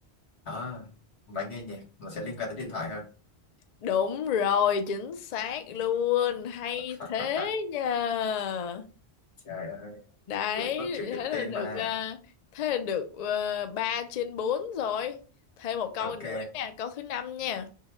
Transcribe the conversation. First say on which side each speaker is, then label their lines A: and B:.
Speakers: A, on the left; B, on the left.
A: à, máy nghe nhạc nó sẽ liên quan tới điện thoại hơn
B: Đúng rồi, chính xác luôn. Hay
A: <laughs>
B: thế nhờ.
A: trời ơi
B: Đấy,
A: lĩnh vực trường tự
B: thế là
A: tin
B: được
A: mà
B: ờ, thế là được uh, 3 trên 4 rồi. Thêm một câu
A: ok
B: nữa nha, câu thứ năm nha.